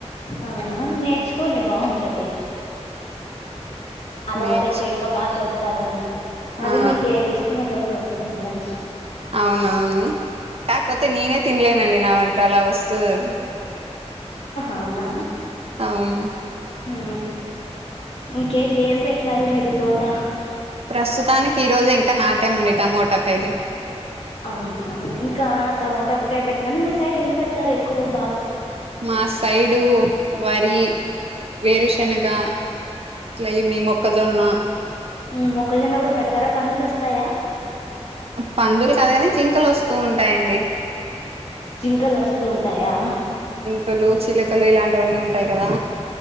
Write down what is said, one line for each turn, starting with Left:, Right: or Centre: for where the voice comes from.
Left: అవునా నేర్చుకోండి బావుంటది అలవాటు
Right: నేర్చు
Left: అయితే ఇంకా బాగా చేస్తారు వంట మరి
Right: ఆ
Left: మీకు ఏమి ఇష్టమైతే అవి చేసుకునీ తినచ్చు
Right: అవునవును కాకపోతే నేనే తినలేనండి నా వంట అలా వస్తది అది
Left: అవునా
Right: అవును
Left: ఉ ఇంకేంటి ఏం పెట్టినారు మీరు తోట
Right: ప్రస్తుతానికి ఈరోజు ఇంకా నాటమండి టమోటా పరి
Left: అవునా ఇంకా టమోటా ఒకటే పెట్టినాను మీ సైడ్ ఏం పెడతారు ఎక్కువ బాగా
Right: మా సైడు వరి వేరుశనగ ఇట్లా ఈ మీ మొక్కజొన్న
Left: ఉమ్ మొక్కజొన్న కూడా పెడతారా పందులు వస్తాయా
Right: పందులు కాదుగాని జింకలు వస్తూ ఉంటాయండి
Left: జింకలు వస్తూ ఉంటాయా
Right: కలు చిలకలు ఇలాంటివన్నీ ఉంటాయి కదా